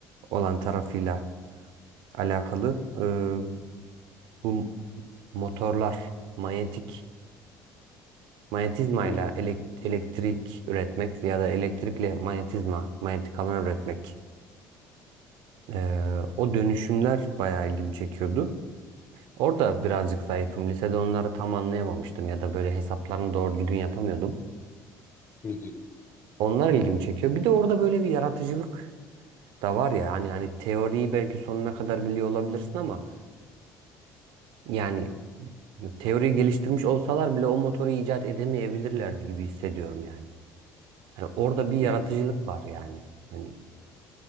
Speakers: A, on the right; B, on the left.
A: olan tarafıyla alakalı. Eee, bu motorlar manyetik manyetizmayla
B: Hı,
A: elek- elektrik üretmek ya da elektrikle manyetizma manyetik alan üretmek. Eee, o dönüşümler bayağı ilgimi çekiyordu. Orada birazcık zayıfım. Lisede onları tam anlayamamıştım ya da böyle hesaplarını doğru düzgün yapamıyordum.
B: hı, hı,
A: Onlar ilgimi çekiyor. Bir de orada böyle bir yaratıcılık da var ya hani hani teoriyi belki sonuna kadar biliyor olabilirsin ama yani teoriyi geliştirmiş olsalar bile o motoru icat edemeyebilirlerdi gibi hissediyorum yani. Hani orada bir yaratıcılık
B: hı.
A: var yani. Hani